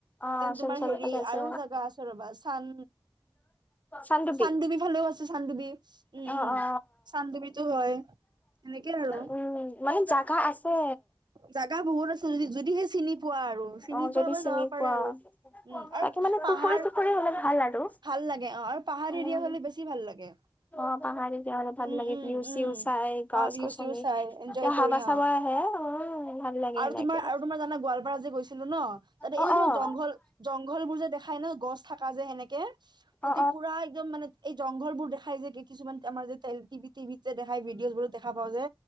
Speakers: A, on the left (about 15°); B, on the right (about 55°).
A: অ
B: দেন,
A: চোনচালি
B: তোমাৰ। হেৰি,
A: ফালে আছে
B: আৰু জাগা আছে। ৰ'বা চান
A: চানডুবি
B: চান্ডুবি ভালেও আছে চান্ডুবি, উম
A: অ
B: উম
A: অ
B: চান্ডুবিটো হয়। সেনেকে, আৰু
A: উম মানে জাগা আছে
B: জাগা বহুত আছে, যদি যদিহে চিনি পোৱা, আৰু চিনি
A: অ যদি
B: পোৱাব
A: চিনি
B: যাব পাৰে,
A: পোৱা
B: আৰু, উম, আৰু
A: তাকে মানে পুখুৰী
B: পাহাৰ।
A: চুখুৰী হলে ভাল আৰু
B: ভাল লাগে। অ', আৰু পাহাৰী
A: উম
B: এৰিয়া হ'লে বেছি ভাল লাগে।
A: অ পাহাৰ তেতিয়াহ'লে ভাল
B: উম
A: লাগে
B: উম
A: ভিউ
B: উম
A: চিউ চাই গছ
B: অহ ভিউ
A: গছনি
B: চিউ চাই এনজয়
A: এতিয়া
B: কৰি
A: হাৱা
B: অহা।
A: চাৱা আহে উম ভাল লাগে
B: আৰু
A: এনেকে
B: তোমাৰ আৰু তোমাৰ জানা গোৱালপাৰা যে গৈছিলো ন তাতে
A: অ অ
B: এই যে তোমাৰ
A: অ
B: জংঘল জংঘল বোৰ যে দেখাই ন' গছ থকা যে সেনেকে তাতে
A: অ
B: পুৰা একদম মানে জংঘল বোৰ দেখাই যে কিছুমান আমাৰ যে ট টিভিত যে দেখাই ভিডিঅ' বোৰো দেখা পাওঁ যে